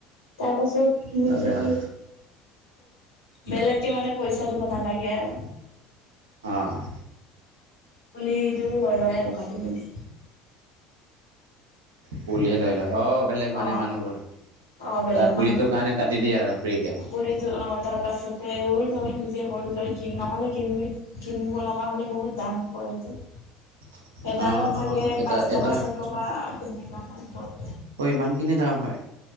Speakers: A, on the left; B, on the right.
A: তাৰ পাছত নিজে
B: ল'লে হ'ল
A: বেলেগকে মানে পইচা দিব নালাগে আৰু
B: অঁহ
A: পুলিটো লয় লয় আৰু কাটি মেলি
B: পুলিয়ে লৈ লয় অহ বেলেগ মানে
A: অ
B: মানুহবোৰ
A: অ বেলেগ
B: তাৰ পুলিটোৰ
A: মানুহ,
B: কাৰণে কাটি দিয়ে আৰু ফ্ৰীকে
A: পুলিটো অহঁ তাৰ পাছত সেবাৰ লয় নিজে কৰি লৈ কিনে নহলে কিনিব কিনিব লগা হলে বহুত দাম পৰে যে
B: <inaudible>
A: এডালত
B: অঁ
A: চাগে
B: অঁ এটা
A: পাঁচ টকা
B: এটা
A: ছয় টকা টেনেকা মান পৰিব।
B: অহঁ ইমানখিনি দাম হয়